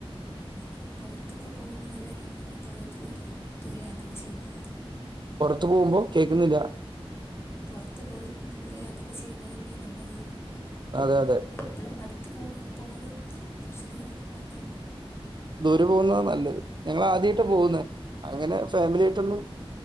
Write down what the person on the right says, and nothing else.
പോറത്ത് പോകുമ്പോ കേക്കുന്നില്ല
അതെ
അതെ
ദൂരെ പോകുന്നതാ നല്ലത് ഞങ്ങള് ആദ്യയിട്ടാ പോകുന്നെ അങ്ങനെ ഫാമിലി ആയിട്ടൊന്നും